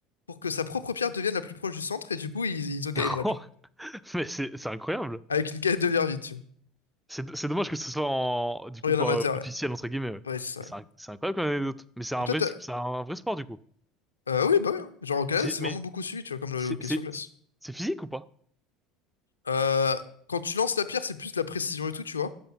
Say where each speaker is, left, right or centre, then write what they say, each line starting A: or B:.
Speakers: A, on the left; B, in the centre.
A: pour que sa propre pierre devienne la plus proche du centre. Et du coup, ils, ils
B: <laughs>
A: ont gagné
B: Oh,
A: le match, genre.
B: mais c'est c'est incroyable.
A: Avec une canette de bière vide, tu vois.
B: C'est c'est dommage que ce soit en, du coup
A: Oh, il y
B: pas
A: en a amateur, ouais.
B: officiel entre guillemets. Ouais.
A: Ouais, c'est ça.
B: C'est
A: ouais.
B: un- c'est incroyable comme anecdote. Mais c'est un
A: Et toi,
B: vrai
A: t'as-
B: c'est un vrai sport du coup.
A: euh, oui, bah oui. hein. Genre, au Canada,
B: C'est
A: c'est
B: mais
A: vraiment beaucoup suivi, tu vois, comme le
B: c'est
A: hockey
B: c'est
A: sur glace.
B: c'est physique ou pas?
A: Euh, quand tu lances la pierre, c'est plus de la précision et tout, tu vois.